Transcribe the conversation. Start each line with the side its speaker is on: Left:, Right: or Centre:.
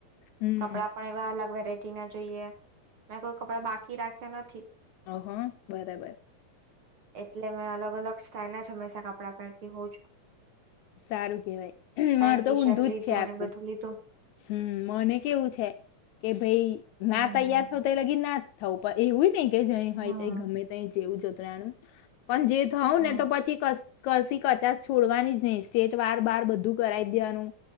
Left: હમ
Right: કપડાં પણ એવા અલગ રાઈટીના જોઈએ. મેં કોઈ કપડા બાકી રાખ્યા નથી.
Left: ઓહ હો, બરાબર.
Right: એટલે મે અલગ-અલગ સ્ટાઈલના જ હંમેશા કપડાં પહેરતી હોઉ છું.
Left: સારું કેવાય.
Right: પેન્ટ
Left: માર
Right: ટી
Left: તો ઊંધું
Right: શર્ટ લીધું
Left: જ છે આખું.
Right: ને બધું લીધું
Left: હમ, મને કેવું છે કે ભઈ
Right: હમ
Left: ના તૈયાર થવ તય લગીન ના જ થવ. પર એવુંય નઈ કે જય હોય
Right: હમ
Left: ગમે તય જેવું જતુ રેવાનું. પણ જે થઉ
Right: હમ
Left: ને તો પછી કશ કશી કચાસ છોડવાની જ નઈ. સ્ટેટ વાર બાર બધું કરાઈ જ દેવાનું.